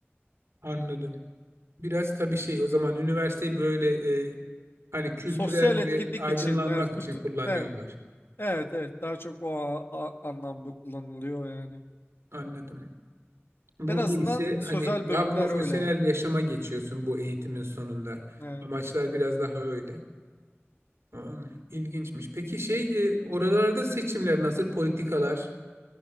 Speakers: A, on the right (about 75°); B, on the left (about 55°).
A: Anladım. biraz tabii şey o zaman üniversiteyi böyle e, hani kültürel
B: Sosyal etkinlik
A: ve aydınlanmak
B: için evet kültür
A: için kullanıyorlar.
B: evet evet, evet daha çok o a- a- anlamda kullanılıyor yani.
A: Anladım. Burada
B: En azından
A: ise
B: sözel
A: hani daha
B: bölümler
A: profesyonel
B: öyle.
A: yaşama geçiyorsun bu eğitimin sonunda.
B: Ee,
A: Amaçlar biraz daha öyle. Tamam. İlginçmiş. Peki şey e, oralarda seçimler nasıl politikalar?